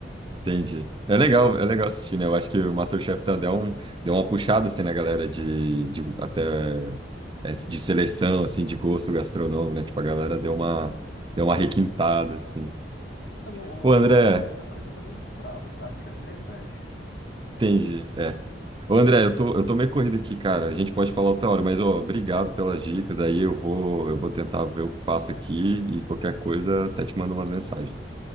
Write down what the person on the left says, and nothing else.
Uhum.
É, No, no-
lá eles apresentam muitos pra- pratos que é interessante.